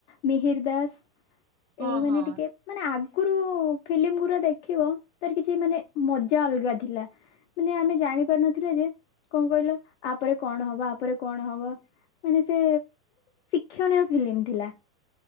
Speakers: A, on the left; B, on the right.
A: ମିହିର ଦାସ
B: ହଁ
A: ଏଇ
B: ହଁ
A: ମାନେ
B: ହଁ
A: ଟିକେ। ମାନେ ଆଗୁରୁ ଫିଲ୍ମ ଗୁରା ଦେଖିବ ତାର କିଛି ମାନେ ମଜା ଅଲଗା ଥିଲା। ମାନେ ଆମେ ଜାଣିପାରୁନ ଥିଲେ ଯେ କଣ କହିଲ ଆପରେ କଣ ହବ ଆପରେ କଣ ହବ ମାନେ ସେ। କ୍ଷଣୀୟ ଫିଲ୍ମ ଥିଲା।